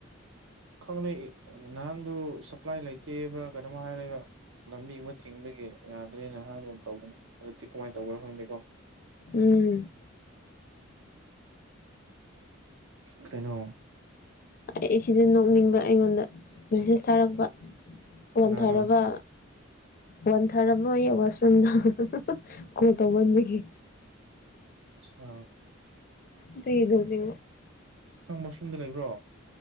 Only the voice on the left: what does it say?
ꯎꯝ
ꯑꯩ ꯁꯤꯗ ꯅꯣꯛꯅꯤꯡꯕ ꯑꯩꯉꯣꯟꯗ ꯃꯦꯁꯦꯖ ꯊꯥꯔꯛꯄ ꯋꯥꯟꯊꯥꯔꯕ
ꯋꯥꯣꯟ ꯊꯥꯔꯝꯃꯣꯏꯌꯦ ꯋꯥꯁꯔꯨꯝꯗ ꯀꯣꯜ ꯇꯧꯃꯟꯕꯒꯤ
ꯑꯗ ꯏꯅꯤ